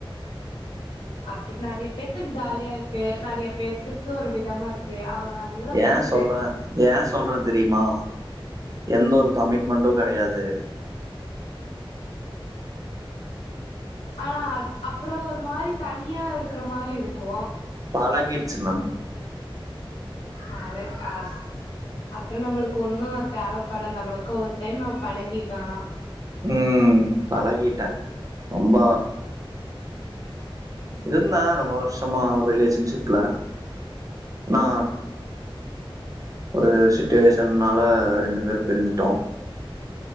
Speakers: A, on the left; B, on the right.
A: அப்பட நிறைய பேத்துக்கு ஜாலியா இருக்கு நிறைய பேத்துக்கு ஒரு விதமா இருக்கு அவங்க அவங்கள பொறுத்து
B: ஏன் சொல்றேன் ஏன் சொல்றேன் தெரியுமா எந்த ஒரு கமிட்டி மண்டு கிடையாது
A: ஆனா அப்புறம் ஒரு மாதிரி தனியா இருக்கிற மாதிரி இருக்கும்
B: பழகிடுச்சு மேம்
A: பாலக ஆ <inaudible> அப்புறம் நம்மளுக்கு ஒன்னும் அ தேவைப்படாத அவ்வளவுக்க ஒரு டைம் நம் பழகிட்டோனா
B: உம் பழகிட்டா ரொம்ப இருந்தான் ரொம்ப ஒ வருஷமா ரிலேஷன்ஷிப்ல ஆனா ஒரு சச்சுவேஷனால ரெண்டு பேரும் பிரிஞ்சுட்டோம்